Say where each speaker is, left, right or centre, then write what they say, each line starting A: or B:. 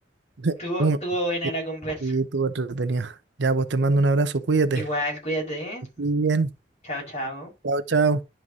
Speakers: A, on the right; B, on the left.
A: <laughs>
B: tuvo,
A: Un-
B: tuvo buena
A: que-
B: la conversa.
A: Sí, tú entretenida. Ya, pues te mando un abrazo, cuídate.
B: Igual, cuídate, ¿eh?
A: Que estés Bien.
B: Chao, chao.
A: Chao, chao.